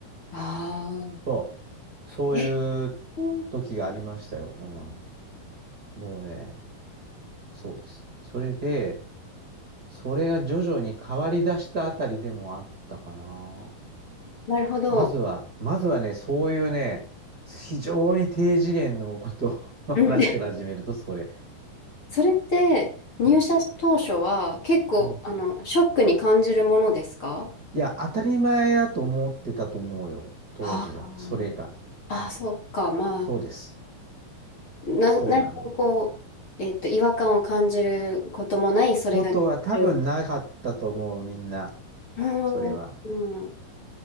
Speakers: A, on the left; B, on the right.
A: ああ。
B: そう、そういう
A: え、うん。
B: 時がありましたよ。うん、もうね、そうです。それで、それが徐々に変わり出したあたりでもあったかな。
A: なるほど。
B: まずは、まずはね、そういうね、非常に低次元のことの
A: うん、
B: <laughs> 話から始めると、
A: <laughs>
B: それ。
A: それって入社当初は結構あのショックに感じるものですか
B: うん。うんいや、当たり前だと思ってたと思うよ、当時は。
A: あ
B: それが。
A: あ、
B: うん。
A: あそっか、ま
B: そうです。
A: あ、な、
B: そうなのよ。
A: 何もこう、えっと、違和感を感じることもない、それが日常。
B: ことは多分なかったと思う、みんな。
A: うん、
B: それは。
A: うん、